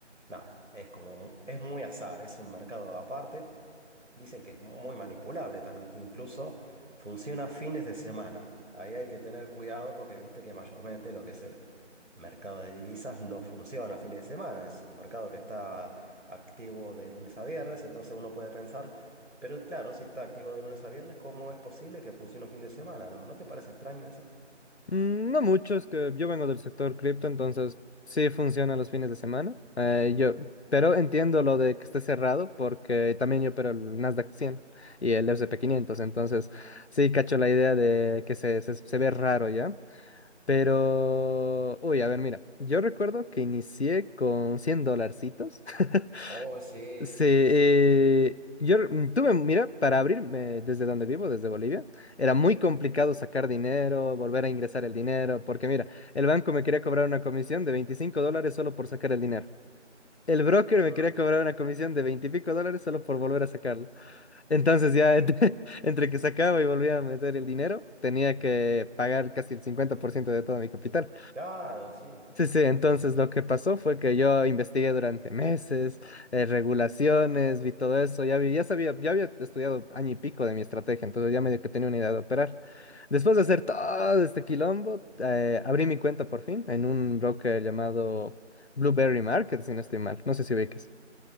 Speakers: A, on the right; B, on the left.
A: nada, es como, mu- es muy azar, es un mercado aparte. Dicen que es muy manipulable también, incluso funciona fines de semana. Ahí hay que tener cuidado porque viste que mayormente lo que es mercado de divisas no funciona a fin de semana, es un mercado que está activo de lunes a viernes, entonces uno puede pensar, pero claro, si está activo de lunes a viernes, ¿cómo es posible que funcione un fin de semana? ¿No? ¿No te parece extraño eso?
B: Mm, No mucho, es que yo vengo del sector cripto, entonces sí funciona los fines de semana. Eh, yo, pero entiendo lo de que esté cerrado porque también yo opero el Nasdaq 100 y el S&P quinientos entonces sí cacho la idea de que se, se, se ve raro ya. Pero, uy, a ver, mira, yo recuerdo que inicié con 100 dolarcitos <laughs>
A: Oh, sí,
B: Sí, eh,
A: sí, sí.
B: yo mm, tuve, mira, para abrirme desde donde vivo, desde Bolivia, era muy complicado sacar dinero, volver a ingresar el dinero, porque mira, el banco me quería cobrar una comisión de 25 dólares solo por sacar el dinero. El broker me
A: Mm,
B: quería cobrar una comisión de 20 y pico dólares solo por volver a sacarlo. Entonces ya entre, <laughs> entre que sacaba y volvía a meter el dinero, tenía que pagar casi el 50% de todo mi capital.
A: claro, sí,
B: Sí, sí, entonces lo que pasó fue que yo investigué durante meses, eh, regulaciones, vi todo eso, ya vi- ya sabía, ya había estudiado año y pico de mi estrategia, entonces ya medio que tenía una idea de operar. Después de hacer todo este quilombo, eh, abrí mi cuenta por fin en un broker llamado Blueberry Market, si no estoy mal, no sé si ubicas.